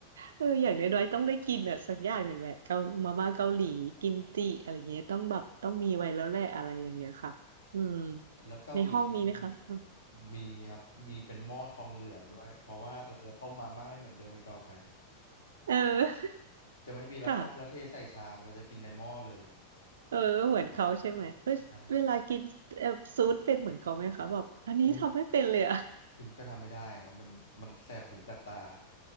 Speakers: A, on the right (about 65°); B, on the left (about 65°).
A: เอออย่างน้อยๆต้องได้กินอะสักอย่างหนึ่งแหละเกามาม่าเกาหลีกิมจิอะไรเงี้ยต้องแบบต้องมีไว้แล้วแหละอะไรอย่างเงี้ยค่ะอืม
B: แล้วเกาหลีนี่
A: ในห้องมีไหมคะอืม
B: มีครับมีเป็นหม้อทองเหลืองด้วยเพราะว่าเราจะต้มมาม่าไม่เหมือนเดิมอีกต่อไป
A: เออ <laughs>
B: จะไม่มีแล้วต้มแล้วเทใส่ชามเราจะกินในหม้อเลย
A: ค่ะ เออเหมือนเขาใช่ไหมเอ้ยเวลากินเอ่อซูสเป็นเหมือนเขาไหมคะแบบอันนี้ทำไม่เป็นเลยอะ
B: ใช่อุ้ย
A: <laughs>
B: พิมก็ทำไม่ได้ครับมันมันแสบหูแสบตา